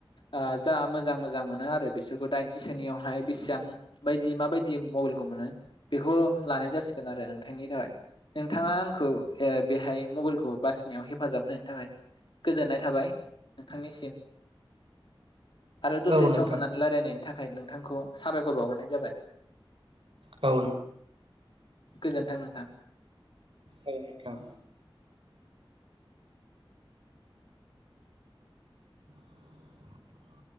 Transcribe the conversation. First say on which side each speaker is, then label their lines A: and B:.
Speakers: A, on the left (about 60°); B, on the right (about 75°).
A: आ जा मोजां मोजां मोनो आरो बिसोरखौ दाइनथिसोनियावहाय बेसिबां बायदि माबायदि मबाइलखौ मोनो बेखौ लानाय जासिगोन आरो नोंथांनि थाखाय नोंथाङा आंखौ बेहाय मबाइलखौ बासिनायाव हेफाजाब होनायनि थाखाय गोजोननाय थाबाय नोंथांनिसिम आरो दसे
B: औ
A: सम
B: नोंथां
A: होनानै रायलायनाय थाखाय नोंथांखौ साबायखर बावहरनाय जाबाय
B: औ
A: गोजोन्थों नोंथां
B: औ नोंथां <inaudible>